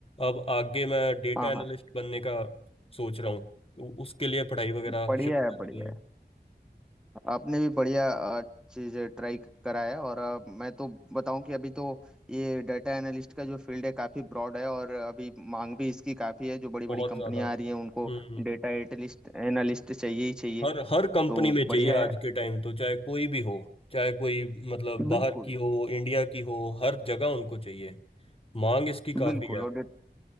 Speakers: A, on the left; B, in the centre.
A: अब आगे मैं डेटा
B: हाँ
A: एनालिस्ट
B: हाँ
A: बनने का सोच रहा हूँ तो उसके लिए पढ़ाई वगैरह
B: बढ़िया
A: शुरू
B: है
A: कर
B: बढ़िया
A: दी है
B: है आपने भी बढ़िया चीज ट्राई कराया और अ, मैं तो बताऊं कि अभी तो ये डाटा एनालिस्ट का जो फील्ड है काफी ब्रॉड है और अभी मांग भी इसकी काफी है जो बड़ी बड़ी
A: बहुत
B: कंपनियां
A: ज्यादा
B: आ रही हैं उनको
A: हम्म
B: डाटा एटलिस्ट एनालिस्ट चाहिए ही चाहिए
A: हर हर कंपनी
B: तो
A: में
B: बढ़िया
A: चाहिए आज
B: है
A: के टाइम तो चाहे कोई भी हो चाहे कोई मतलब बाहर
B: बिल्कुल
A: की हो इंडिया की हो हर जगह उनको चाहिए मांग इसकी काफी
B: बिल्कुल
A: है
B: और डेट-